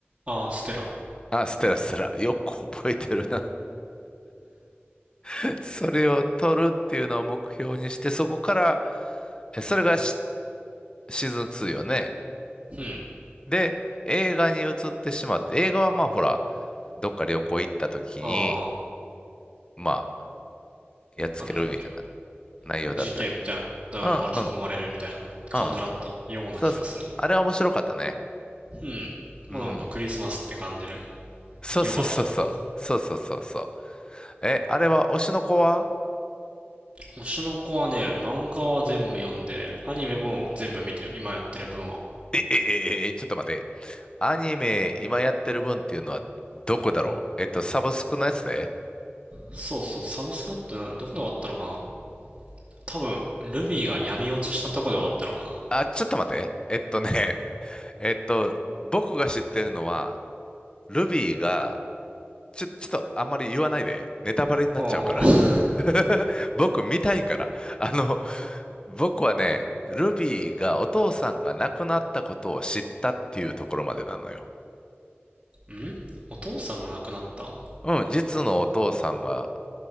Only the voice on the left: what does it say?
あ、ステラステラ。よく覚えてるな。<laughs> それを取るっていうのを目標にして、そこから、えそれがシ、シーズン2よね。
で、映画に移ってしまって、映画はまあほら、どっか旅行行った時に、
まあ、やっつけるみたいな
内容だったけど。
うんうん、うんうん。そうそう。あれは面白かったね。
うん。
そうそうそうそう。
そうそうそうそう。え、あれは推しの子は
え、え、え、え、ちょっと待って。アニメ今やってる分っていうのはどこだろうえっと、サブスクのやつで
あ、ちょっと待って。えっとね、<laughs> えっと、僕が知ってるのは、ルビーが、ちょ、ちょっとあんまり言わないで。ネタバレになっちゃうから。
<laughs> 僕見たいから。あの、僕はね、ルビーがお父さんが亡くなったことを知ったっていうところまでなのよ。
うん、実のお父さんが